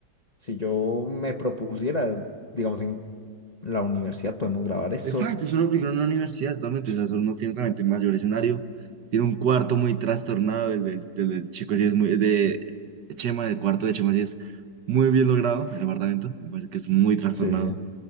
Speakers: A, on the left; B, on the right.
A: Si yo me propusiera, digamos, en la universidad podemos grabar eso.
B: Exacto, es una película en una universidad totalmente, o sea, eso no tiene realmente mayor escenario. Tiene un cuarto muy trastornado, el del, del- del chico así es muy, de Chema, el cuarto de Chema sí es muy bien logrado, el apartamento, me parece que es muy trastornado.
A: Sí, sí.